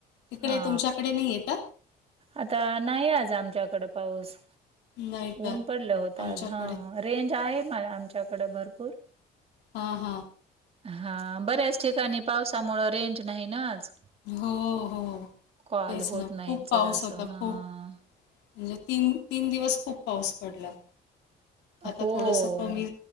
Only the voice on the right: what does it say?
हा
आता नाही, आज आमच्याकडं पाऊस.
ऊन पडलं होतं
आज, हं रेंज आहे मा आमच्याकड भरपूर.
हा बऱ्याच ठिकाणी पावसामुळ, रेंज नाही ना आज.
कॉल
होत
नाहीत
जरा
असं
हा
हो.